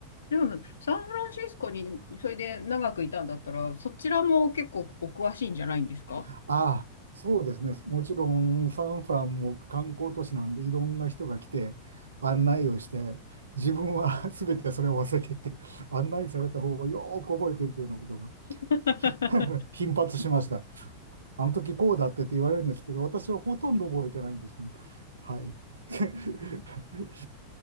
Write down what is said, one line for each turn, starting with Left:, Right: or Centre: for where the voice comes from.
Left: でもサンフランシスコにそれで長くいたんだったら、そちらも結構お詳しいんじゃないんですか
Right: ああ、そうですね。もちろんサンフランも観光都市なんでいろんな人が来て案内をして、自分は <laughs> 全てそれを忘れていて、案内された方をよーく覚えているというようなことが
Left: <laughs>
Right: ひ <laughs> 頻発しました。あの時こうだってって言われるんですけど、私はほとんど覚えてないんですけどね、はい。<laughs>